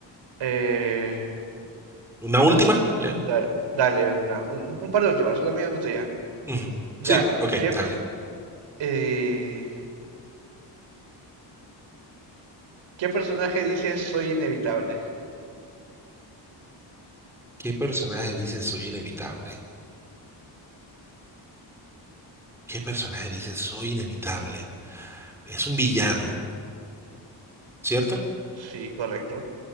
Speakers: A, on the right; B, in the centre.
A: Eh,
B: ¿Una última? ¿Ya?
A: da- dale, una, un, un par de últimas, una mía y una tuya.
B: Ujú.
A: Ya.
B: Sí, ok,
A: ¿Qué,
B: dale.
A: eh, ¿qué personaje dice soy inevitable?
B: ¿Qué personaje dice soy inevitable? ¿Qué personaje dice soy inevitable? Es un villano, ¿cierto?
A: Sí, correcto.